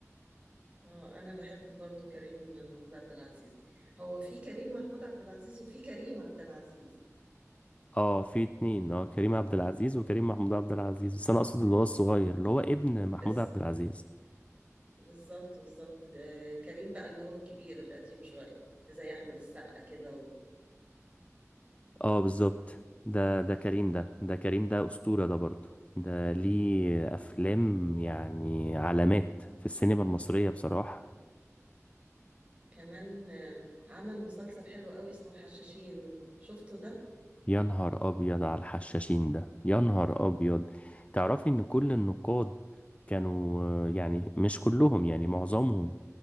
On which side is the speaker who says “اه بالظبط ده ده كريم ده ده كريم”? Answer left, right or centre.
Left